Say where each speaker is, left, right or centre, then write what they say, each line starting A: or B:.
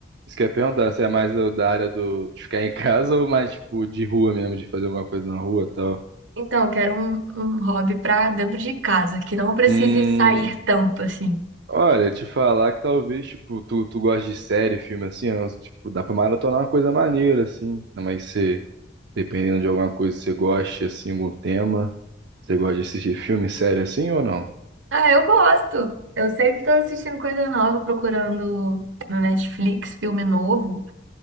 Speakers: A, on the right; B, on the right.
A: Isso que eu ia perguntar, você é mais do- da área do, de ficar em casa ou mais tipo de rua mesmo, de fazer alguma coisa na rua e tal?
B: Então, eu quero um, um hobby pra dentro de casa, que não precise
A: Hum,
B: sair tanto assim.
A: olha, te falar que talvez, tipo, tu, tu gosta de série, filme assim, ó, tipo, dá pra maratonar uma coisa maneira, assim, né? mas se, dependendo de alguma coisa que você goste, assim, algum tema, você gosta de assistir filme, série assim ou não?
B: Ah, eu gosto. Eu sempre tô assistindo coisa nova, procurando no Netflix filme novo.